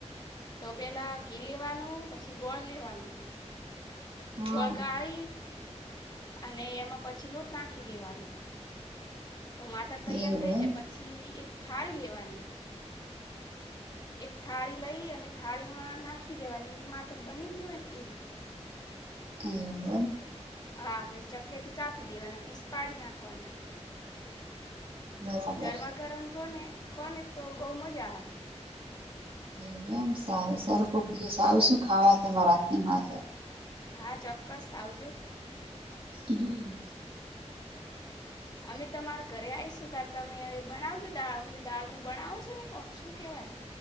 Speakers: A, on the left; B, on the right.
A: તો પેલા ઘી લેવાનુ પછી ગોળ લેવાનું.
B: હા
A: ગોળ ગાળી. અને એમાં પછી લોટ નાખી દેવાનો. તો માતર તૈયાર
B: એવું
A: થઈ જાય પછી એક થાળી લેવાની. એક થાળી લઈ અને થાળી મા નાખી દેવાની એરી માતર બની ગય હોય ને એરી.
B: એવુ એમ.
A: હા પછી ચક્કે થી કાપી દેવાના પીસ પાડી નાખવાના.
B: બરાબર
A: ગરમા ગરમ થો ને ખો ને તો બહુ મજા આવે.
B: એવુ એમ સારું સારું કોક દિવસ આવશુ ખાવા તમારા હાથની <unintelligible>
A: હા ચોક્કસ આવજો
B: હમ.
A: અમે તમારે ઘરે આઈશું તાર તમે બણાવ જો દાળ દાળનું બણાવો છો ને કોક શું કેવાય?